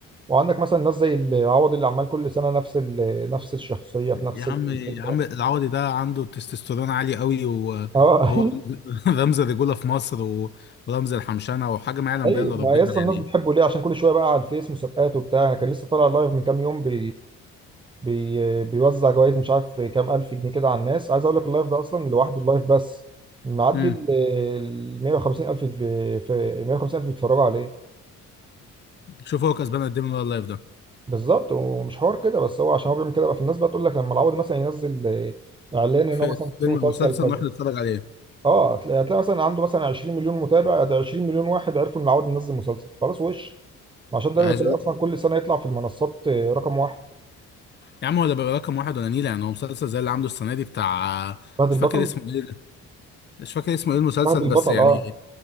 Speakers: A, on the right; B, on the left.
A: وعندك مثلا ناس زي العوض اللي عمال كل سنه نفس ال- نفس الشخصيه في نفس
B: يا عم
A: الفكره
B: يا عم العوضي ده عنده تستوستيرون عالي قوي و-
A: اه
B: وهو
A: <laughs>
B: <laughs> رمز الرجوله في مصر و- ورمز الحمشنه وحاجه ما يعلم
A: ايوه
B: بها الا ربنا
A: ما هي اصلا
B: يعني
A: الناس بتحبه ليه عشان كل شويه بقى على الفيس مسابقات وبتاع أنا كان لسه طالع لايف من كام يوم بي بي بيوزع جوائز مش عارف كام الف جنيه كده على الناس عايز اقول لك اللايف ده اصلا لوحده اللايف بس معدي
B: امم
A: ال 150 الف في في 150 الف بيتفرجوا عليه
B: شوف هو كسبان قد ايه من ورا اللايف ده
A: بالظبط ومش حوار كده بس هو عشان هو بيعمل كده بقى فالناس بقى تقول لك لما العوض مثلا ينزل آه، اعلان ان
B: في
A: هو مثلا
B: في فيلم
A: في مسلسل
B: او مسلسل
A: كذا
B: نروح نتفرج عليه
A: اه هتلاقي هتلاقي مثلا عنده مثلا 20 مليون متابع ده 20 مليون واحد عرفوا ان العوض منزل مسلسل خلاص وش عشان ده
B: عايز
A: اللي بتلاقيه اصلا كل سنه يطلع في المنصات آه، رقم واحد
B: يا عم هو ده بيبقى رقم واحد ولا نيلة يعني هو مسلسل زي اللي عامله السنة دي بتاع
A: فهد
B: مش
A: البطل
B: فاكر اسمه ايه ده مش فاكر اسمه ايه المسلسل
A: فهد البطل
B: بس يعني
A: اه